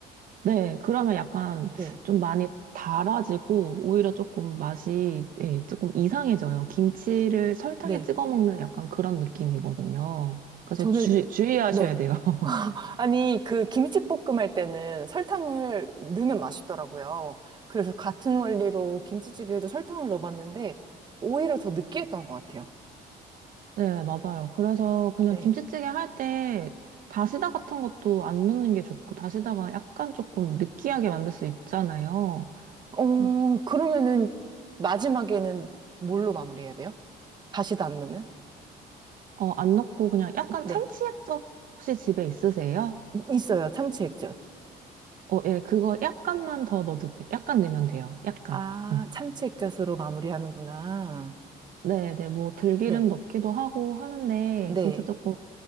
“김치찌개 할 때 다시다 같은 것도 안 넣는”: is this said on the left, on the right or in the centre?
Right